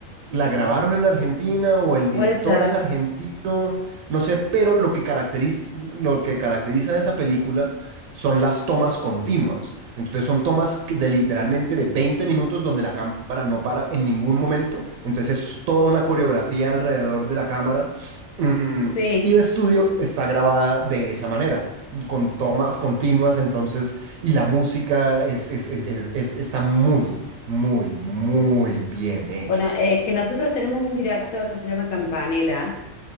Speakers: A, on the right (about 75°); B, on the left (about 80°).
A: la grabaron en Argentina o el
B: Puede
A: director
B: ser.
A: es argentino, no sé, pero lo que caracteriza, lo que caracteriza a esa película son las tomas continuas. Entonces son tomas que de literalmente de 20 minutos donde la cámara no para en ningún momento. Entonces es toda una coreografía alrededor de la cámara. Mm,
B: Sí.
A: y de estudio está grabada de esa manera, con tomas continuas, entonces, y la música es, es- es- es- es- está muy, muy, muy bien hecha.
B: Bueno, es que nosotros tenemos un director que se llama Campanella,